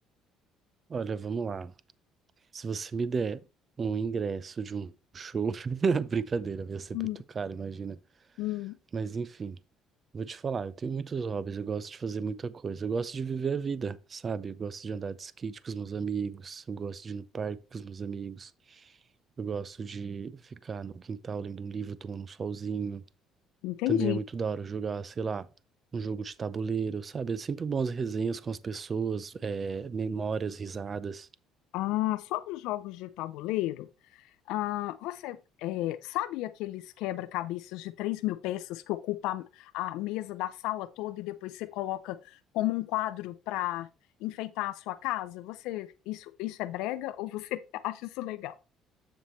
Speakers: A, on the right; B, on the left.
A: Olha, vamos lá. Se você me der um ingresso de um show, <laughs> brincadeira, vai ser
B: Hum,
A: muito caro, imagina.
B: hum,
A: Mas enfim, vou te falar, eu tenho muitos hobbies, eu gosto de fazer muita coisa. Eu gosto de viver a vida, sabe? Eu gosto de andar de skate com os meus amigos, eu gosto de ir no parque com os meus amigos, eu gosto de ficar no quintal lendo um livro, tomando um solzinho.
B: entendi.
A: Também é muito da hora jogar, sei lá, um jogo de tabuleiro, sabe? É sempre bons as resenhas com as pessoas, é, memórias, risadas.
B: Ah, sobre os jogos de tabuleiro, Ah, você é, sabe aqueles quebra-cabeças de três mil peças que ocupa a, a mesa da sala toda e depois você coloca como um quadro para enfeitar a sua casa? Você isso, isso é brega ou você <laughs> acha isso legal?